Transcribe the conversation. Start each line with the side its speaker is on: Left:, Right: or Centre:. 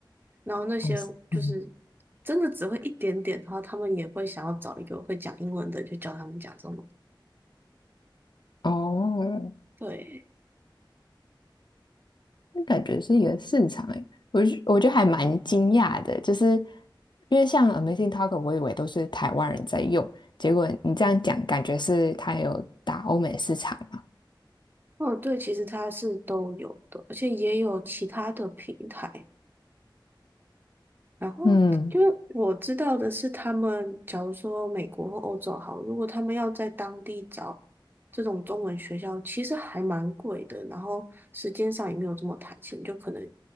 Right: 然后那些就是
Left: 嗯嗯，
Right: 真的只会一点点的话，他们也会想要找一个会讲英文的就教他们讲中文。
Left: 哦，
Right: 对，
Left: 那感觉是一个市场诶，我觉我觉得还蛮惊讶的，就是因为像 Amazing t a l k 我以为都是台湾人在用，结果你这样讲，感觉是它有打欧美市场嘛？
Right: 哦，对，其实它是都有的，而且也有其他的平台。然后，
Left: 嗯
Right: 因为我知道的是，他们假如说美国或欧洲好，如果他们要在当地找这种中文学校，其实还蛮贵的，然后时间上也没有这么弹性，就可能